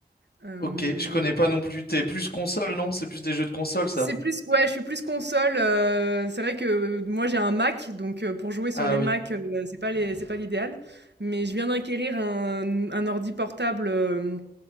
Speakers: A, on the right; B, on the left.
A: Hem
B: ok, je connais pas non plus. T'es plus console, non? C'est plus des jeux de console, ça?
A: C'est plus ouais, je suis plus console, heu, c'est vrai que euh, moi j'ai un Mac, donc heu, pour jouer sur
B: Ah
A: les
B: oui.
A: Mac heu, c'est pas les c'est pas l'idéal. Mais je viens d'acquérir un un ordi portable, hem,